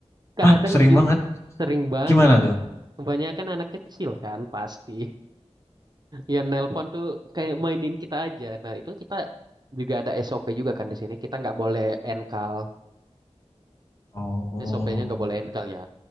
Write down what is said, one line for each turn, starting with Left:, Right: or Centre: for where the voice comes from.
Right: Kadang
Left: ah sering
Right: ju-
Left: banget
Right: sering banget.
Left: Gimana tuh?
Right: Kebanyakan anak kecil kan pasti. Ya nelpon tuh kayak mainin kita aja. Nah itu kita juga ada SOP juga kan di sini. Kita nggak boleh enkal.
Left: Oh,
Right: SOP-nya nggak boleh enkal ya.